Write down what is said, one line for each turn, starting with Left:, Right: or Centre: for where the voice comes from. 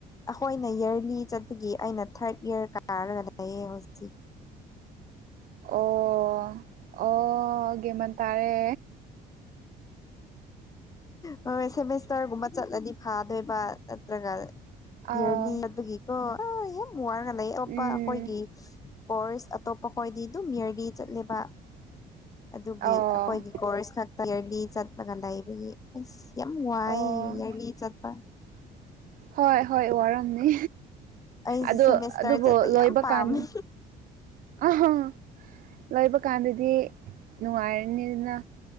Left: ꯑꯩꯈꯣꯏꯅ ꯏꯌꯔꯂꯤ ꯆꯠꯄꯒꯤ ꯑꯩꯅ ꯊꯥꯔꯠ ꯏꯌꯥꯔ ꯀꯥꯔꯒ ꯂꯩꯌꯦ ꯍꯧꯖꯤꯛ
Right: ꯑꯣ ꯑꯣ ꯒꯦꯃꯟ ꯇꯥꯔꯦ
Left: ꯍꯣꯏ ꯁꯦꯃꯤꯁꯇꯔꯒꯨꯝꯕ ꯆꯠꯂꯗꯤ ꯐꯥꯗꯣꯏꯕ ꯅꯠꯇ꯭ꯔꯒ
Right: ꯑꯥꯎ
Left: ꯏꯌꯔꯂꯤ ꯆꯥꯠꯄꯒꯤꯀꯣ ꯑꯥ ꯌꯥꯝ ꯋꯥꯔꯒ ꯂꯩ ꯑꯣꯞꯄꯥ
Right: ꯎꯝ
Left: ꯑꯩꯈꯣꯏꯒꯤ ꯀꯣꯔꯁ ꯑꯇꯣꯞꯄ ꯈꯣꯏꯗꯤ ꯑꯗꯨꯝ ꯏꯌꯔꯂꯤ ꯆꯠꯂꯦꯕ ꯑꯗꯨꯒꯤ
Right: ꯑꯣ
Left: ꯑꯩꯈꯣꯏꯒꯤ ꯀꯣꯔꯁ ꯈꯛꯇ ꯏꯌꯔꯂꯤ ꯆꯠꯂꯒ ꯂꯩꯕꯒꯤ ꯑꯁ ꯌꯥꯝ ꯋꯥꯏ
Right: ꯑꯣ
Left: ꯏꯌꯥꯔꯂꯤ ꯆꯠꯄ
Right: ꯍꯣꯏ ꯍꯣꯏ ꯋꯥꯔꯝꯅꯤ
Left: ꯑꯩꯁꯦ
Right: ꯑꯗꯨ
Left: ꯁꯦꯃꯤꯁꯇꯔ
Right: ꯑꯗꯨꯕꯨ
Left: ꯆꯠꯄ
Right: ꯂꯣꯏꯕ
Left: ꯌꯥꯝ ꯄꯥꯝꯃꯦ
Right: ꯀꯥꯟ ꯑꯍꯥ ꯂꯣꯏꯕ ꯀꯥꯟꯗꯗꯤ ꯅꯨꯡꯉꯥꯏꯔꯅꯤꯅ